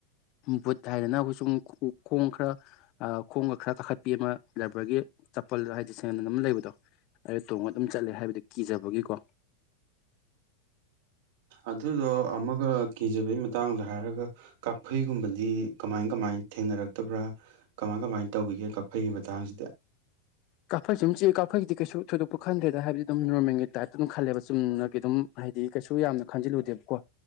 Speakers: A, on the left (about 40°); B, on the right (about 60°).
A: ꯕꯨꯠ ꯍꯥꯏꯗꯅ ꯑꯩꯈꯣꯏ ꯁꯨꯝ ꯈꯣꯡ ꯈꯔ ꯈꯣꯡꯒ ꯈꯔ ꯀꯥꯈꯠꯄꯤ ꯑꯃ ꯂꯕꯔꯒꯤ ꯆꯄꯜꯗꯣ ꯍꯥꯏꯗꯤ ꯁꯦꯟꯗꯜ ꯑꯃ ꯂꯩꯕꯗꯣ ꯑꯗꯨ ꯇꯣꯡꯉ ꯑꯗꯨꯝ ꯆꯠꯂꯦ ꯍꯥꯏꯕꯗ ꯀꯤꯖꯕꯒꯤꯀꯣ
B: ꯑꯗꯨꯗꯣ ꯑꯃꯒ ꯀꯤꯖꯕꯩ ꯃꯇꯥꯡꯗ ꯍꯥꯏꯔꯒ ꯀꯥꯛꯐꯩꯒꯨꯝꯕꯗꯤ ꯀꯃꯥꯏ ꯀꯃꯥꯏꯅ ꯊꯦꯡꯅꯔꯛꯇꯕ꯭ꯔꯥ ꯀꯃꯥꯏ ꯀꯃꯥꯏꯅ ꯇꯧꯈꯤꯒꯦ ꯀꯥꯐꯩꯒꯤ ꯃꯇꯥꯡꯁꯤꯗ
A: ꯀꯥꯐꯩ ꯁꯨꯝ ꯑꯗꯨꯝ ꯆꯤꯛꯏ ꯀꯥꯐꯩꯒꯤꯗꯤ ꯀꯩꯁꯨ ꯊꯣꯏꯗꯣꯛꯄ ꯈꯟꯗ꯭ꯔꯦꯗ ꯍꯥꯏꯕꯗꯤ ꯑꯗꯨꯝ ꯅꯣꯔꯃꯦꯜꯒꯤ ꯇꯥꯏꯞꯇ ꯑꯗꯨꯝ ꯈꯜꯂꯦꯕ ꯆꯨꯝꯅꯒꯤ ꯑꯗꯨꯝ ꯍꯥꯏꯗꯤ ꯀꯩꯁꯨ ꯌꯥꯝꯅ ꯈꯟꯖꯤꯜꯂꯨꯗꯦꯕꯀꯣ